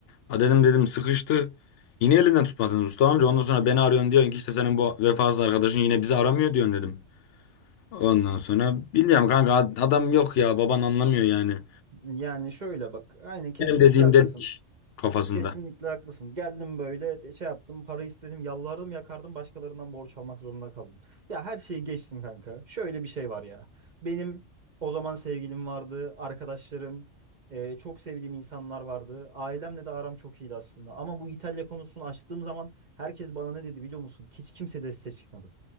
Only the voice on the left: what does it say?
Ha dedim dedim sıkıştı. Yine elinden tutmadınız usta amca. Ondan sonra beni arıyorsun diyorsun ki işte senin bu vefasız arkadaşın yine bizi aramıyor diyorsun dedim. Ondan sonra bilmiyorum kanka ad- adam yok ya baban anlamıyor yani.
Benim dediğim
dedik kafasında.